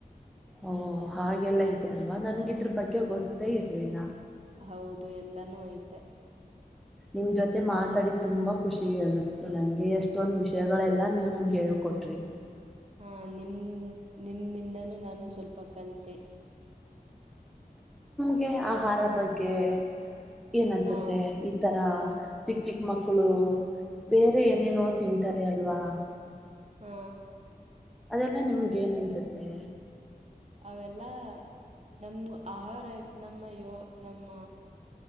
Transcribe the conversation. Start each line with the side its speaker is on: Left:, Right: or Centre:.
Centre: ಓ ಹಾಗೆಲ್ಲ ಇದೆ ಅಲ್ವಾ ನನ್ಗಿದ್ರ ಬಗ್ಗೆ ಗೊತ್ತೇ ಇರ್ಲಿಲ್ಲ
Right: ಹೌದು ಎಲ್ಲಾನೂ ಐತೆ
Centre: ನಿಮ್ ಜೊತೆ ಮಾತಾಡಿ ತುಂಬಾ ಖುಷಿ ಅನ್ನಿಸಿತು ನಂಗೆ ಎಷ್ಟೊಂದ ವಿಷಯಗಳೆಲ್ಲಾ ನೀವ್ ನಂಗೆ ಹೇಳ್ಕೊಟ್ರಿ
Right: ಹಾ ನಿಮ್ ನಿಮ್ಮಿಂದನೂ ನಾನು ಸ್ವಲ್ಪ ಕಲ್ತೆ
Centre: ಗೆ ಆಹಾರ ಬಗ್ಗೆ ಏನ್ ಅನ್ಸುತ್ತೆ
Right: ಹಾ
Centre: ಈ ತರ ಚಿಕ್ ಚಿಕ್ ಮಕ್ಕಳು ಬೇರೆ ಏನೇನೋ ತಿಂತಾರೆ ಅಲ್ವಾ
Right: ಹ್ಮ
Centre: ಅದೆಲ್ಲ ನಿಮ್ಗೆ ಏನ್ ಅನ್ಸುತ್ತೆ
Right: ಅವೆಲ್ಲ ನಮ್ ಆಹಾರ ನಮ್ಮ ಯೋ ನಮ್ಮ